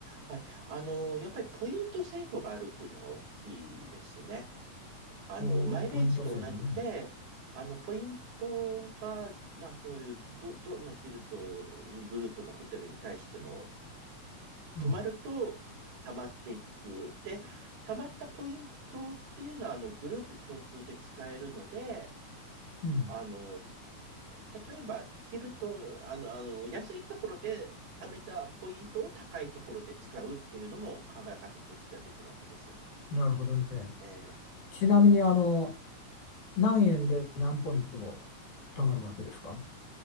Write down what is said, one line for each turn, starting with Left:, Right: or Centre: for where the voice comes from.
Right: はい。あのーやっぱりポイント制度があるっていうのが大きいですね。あの、
Left: おー、
Right: マイレージと同じで、
Left: ポイント制度ね。
Right: あの、ポイントが、まあそういう、ど、どのヒルとグループのホテルに対しても、
Left: うん、
Right: 泊まると溜まっていく。で、溜まったポイントっていうのは、あの、グループ共通で使えるので、
Left: うん。
Right: あの、例えば、ヒルと、あの、あの、安いところで貯めたポイントを高いところで使うっていうのも考え方としてはできるわけですよね。
Left: なるほどね。
Right: え
Left: ちなみに、あの、何円で何ポイント貯まるわけですか